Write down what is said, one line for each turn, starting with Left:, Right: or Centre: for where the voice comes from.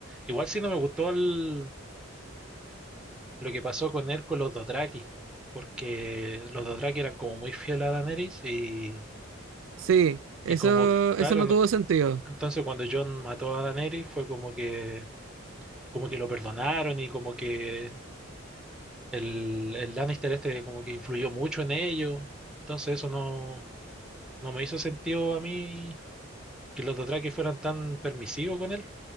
Centre: Igual sí no me gustó el- lo que pasó con él con los Dothraki, porque los Dothraki eran como muy fieles a Daenerys y,
Right: Sí, eso,
Centre: y como, que, claro,
Right: eso no
Centre: no-
Right: tuvo sentido.
Centre: entonces cuando Jon mató a Daenerys fue como que, como que lo perdonaron y como que el, el Lannister este como que influyó mucho en ello. Entonces eso no, no me hizo sentido a mí que los Dothraki fueran tan permisivos con él.